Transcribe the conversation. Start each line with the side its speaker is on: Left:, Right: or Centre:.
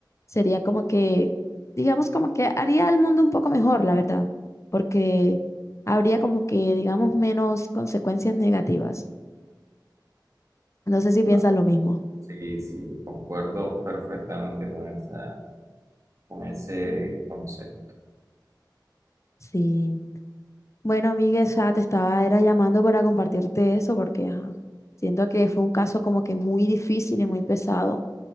Left: sería como que, digamos, como que haría el mundo un poco mejor, la verdad, porque habría como que, digamos, menos consecuencias negativas. No sé si
Right: Ma-
Left: piensas lo mismo.
Right: Sí, sí, concuerdo perfectamente con esa, con ese concepto.
Left: Sí. Bueno, amiga, ya te estaba era llamando para compartirte eso porque, ajá, siento que fue un caso como que muy difícil y muy pesado.